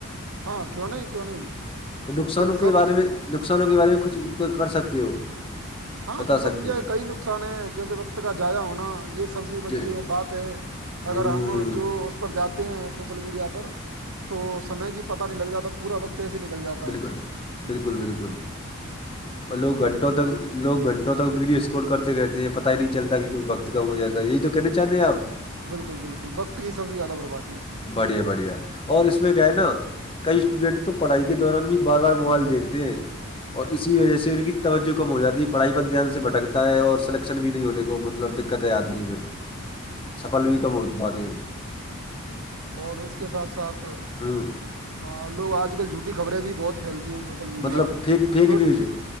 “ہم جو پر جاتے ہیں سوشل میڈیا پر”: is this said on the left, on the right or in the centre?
Right